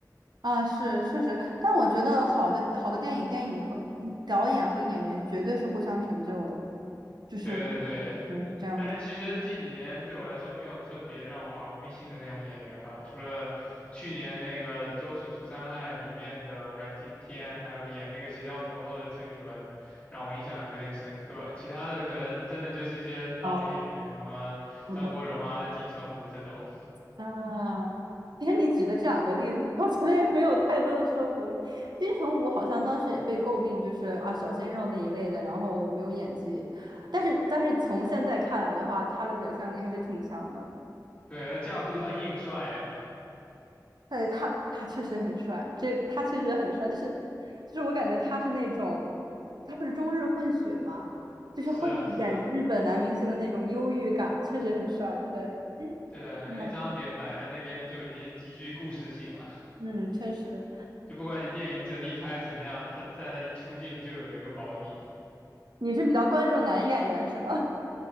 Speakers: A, on the right (about 75°); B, on the left (about 20°).
A: 啊，是确实，但我觉得好的好的电影，电影和嗯导演和演员绝对是互相成就的。就是
B: 对对对，
A: 对，是这样子
B: 但是其实近几年对我来说没有特别让我耳目一新的那种演员吧，除了去年那个《周处除三害》里面的阮经天，还有演那个邪教头头的陈以文，让我印象有点深刻。其他的可能真的就是一些老演员，
A: 啊，
B: 什么张国荣啊、
A: 我懂
B: 金城武这种，
A: 啊。其实你举的这两个例子，<laughs> 我觉得也没有太多的说服力。金城武好像当时也被诟病，就是啊小鲜肉那一类的，然后没有演技。但是但是从现在看来的话，他的表现力还是挺强的。
B: 对，架不住他硬帅呀。
A: 对，他他确实很帅，这他确实很帅，就是就是我感觉他是那种，他不是中日混血吗？就是会演日本男明星的那种忧郁感，
B: 是啊，是啊，
A: 确实很帅。对，
B: 对，
A: 嗯，
B: 一张脸摆在那边就已经极具故事性了，
A: 嗯确实。
B: 就不管你电影整体拍怎么样，他在那一出镜就有了一个保底。
A: 你是比较关注男演员是吗？